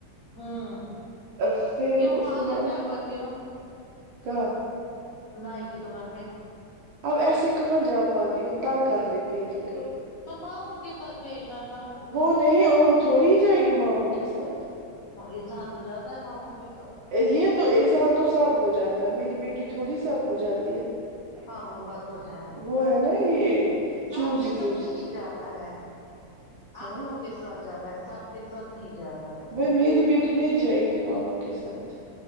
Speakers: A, on the left; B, on the right.
A: ہاں
B: اب پھر
A: کیوں
B: اس
A: وہاں
B: کو میں
A: نہیں
B: نے
A: جا پاتتی ہو
B: کہا
A: نائ کی دکان پہ
B: اب ایسے کہاں جا پاتی وہ تنگ کر لیتی ہے پھر
A: تو ماموں کے ساتھ بھیجنا تھا
B: وہ نہیں وہ تھوڑی ہی جائے گی ماموں کے ساتھ
A: اذہان تو جاتا ہے ماموں کے ساتھ
B: یہ تو اظہان تو سب کو جاتا ہے میری بیٹی تھوڑی ساب کو جاتی ہے
A: ہاں وہ بات تو ہے
B: وہ ہے نا یہ
A: سب
B: چوزی
A: کے ساتھ
B: چوزی
A: نہیں جاتا ہے
B: ہاں
A: اپنوں کے ساتھ جاتا ہے سب کے ساتھ نہیں جاتا ہے
B: بھائی میری بیٹی نہیں جائے گی ماموں کے ساتھ